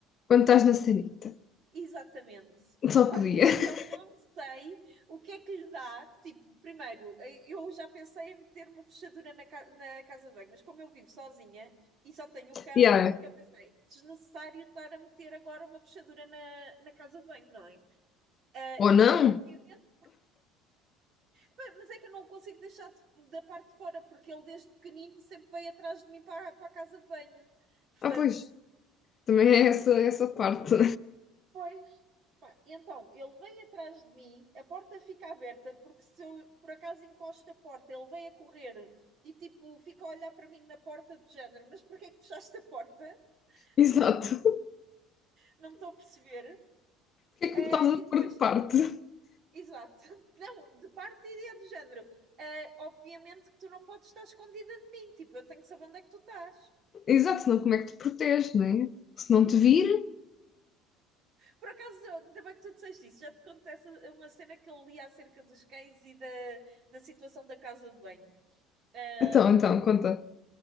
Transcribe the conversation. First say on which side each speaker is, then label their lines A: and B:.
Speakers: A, on the left (about 40°); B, on the right (about 50°).
A: quando estás na sanita.
B: Exatamente.
A: Só podia.
B: Pá,
A: <laughs>
B: eu não sei o que é que lhe dá. que, Tipo, primeiro, eh, eu já pensei em meter uma fechadura na, ca- na casa de banho, mas como eu vivo sozinha e só tenho o cão,
A: Yeah.
B: eu pensei, desnecessário estar a meter agora uma fechadura na, na casa de banho, não é? Eh,
A: Ou
B: então,
A: não?
B: obviamente Pá, Mas é que eu não consigo deixar de- da parte de fora, porque ele desde pequenino sempre veio atrás de mim para, para a casa de banho. Portanto,
A: Ah, pois. Também é essa, essa parte.
B: pois. Pá, então, ele vem atrás de mim, a porta fica aberta, porque se eu por acaso encosto a porta, ele vem a correr e tipo fica a olhar para mim na porta do género, mas porquê é que fechaste a porta?
A: <laughs>
B: <laughs>
A: Exato.
B: Tipo, não estou a perceber.
A: Porquê é que
B: Ah,
A: me estás
B: e
A: a
B: depois,
A: pôr de parte? <laughs>
B: exato, <laughs> não, de parte e é do género. Ah, obviamente que tu não podes estar escondida de mim, tipo, eu tenho que saber onde é que tu estás.
A: Exato, senão como é que te proteges, não é? Se não te vir.
B: Por acaso, ainda bem que tu disseste isso, já te contei essa- uma cena que eu li acerca dos cães e da, da situação da casa de banho. Ahm,
A: Então, então, conta.